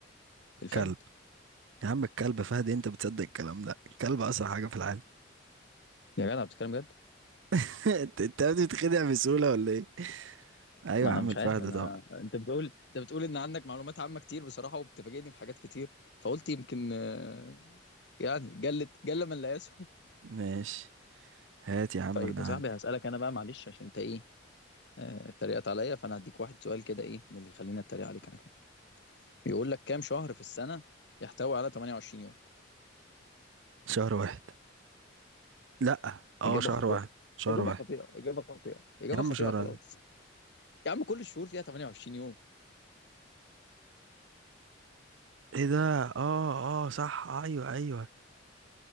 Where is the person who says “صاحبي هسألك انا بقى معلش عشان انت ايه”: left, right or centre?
Left